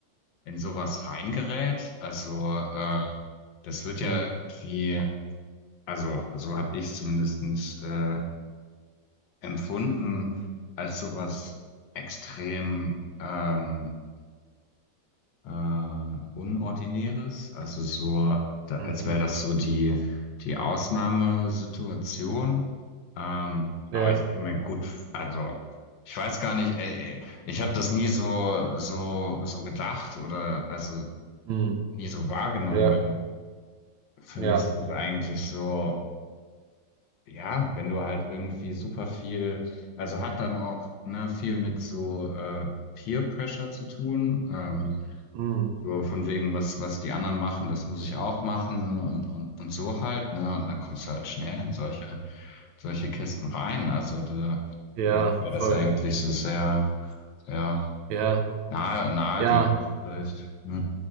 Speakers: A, on the left (about 75°); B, on the right (about 85°).
A: in sowas reingerät. Also, äh, das wird ja
B: hm,
A: irgendwie, also so habe ich es zumindest äh, empfunden als sowas extrem ähm, äh, Unordinäres. Also so, da, als
B: mhm.
A: wäre das so die, die Ausnahmesituation. Ähm,
B: Ja,
A: aber ich kann mir gut, f- also ich weiß gar nicht, äh, äh, ich habe das nie so, so, so gedacht oder also
B: hm,
A: nie so wahrgenommen,
B: ja,
A: weil für
B: ja,
A: mich ist eigentlich so. Ja, wenn du halt irgendwie super viel, also hat dann auch ne, viel mit so äh, Peer Pressure zu tun. Ähm,
B: hm,
A: so von wegen, was, was die anderen machen, das muss ich auch machen und, und, und so halt, ne? Und dann kommst du halt schnell in solche, solche Kisten rein. Also da,
B: ja,
A: für mich wäre das
B: voll.
A: eigentlich so sehr, sehr
B: Ja,
A: nahe, naheliegend
B: ja,
A: vielleicht. Ja,